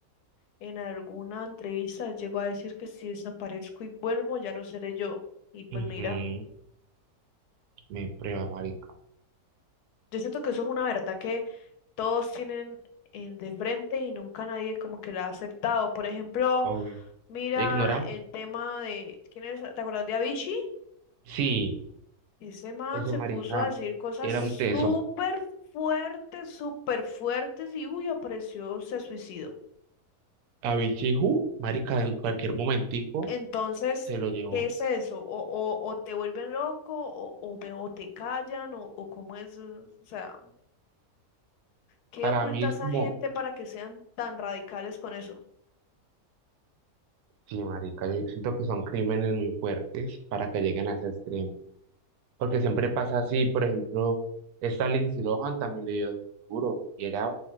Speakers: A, on the left; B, on the right.
A: en alguna entrevista él llegó a decir que si desaparezco y vuelvo, ya no seré yo. Y pues
B: Ujú,
A: mira.
B: Me prueba, marica,
A: Yo siento que eso es una verdad que todos tienen en- de frente y nunca nadie como que la ha aceptado. Por ejemplo,
B: obvio.
A: mira
B: Ignoramos.
A: el tema de, ¿quién es? ¿Te acuerdas de Avicii?
B: Sí,
A: Ese man
B: ese
A: se
B: marica
A: puso a decir cosas
B: era un teso.
A: súper fuertes, súper fuertes y uy, apareció, se suicidó.
B: A Bichiju, marica, en cualquier momentico
A: Entonces,
B: se lo llevó.
A: ¿qué es eso? O, o, o te vuelven loco o, o, me- o te callan o, o cómo es, o sea, ¿qué
B: Para
A: oculta
B: mí es
A: esa
B: como,
A: gente para que sean tan radicales con eso?
B: sí, marica, yo siento que son crímenes muy fuertes para que lleguen a ese extremo. Porque siempre pasa así, por ejemplo, esta Lindsay Lohan también le dio duro. Y ella,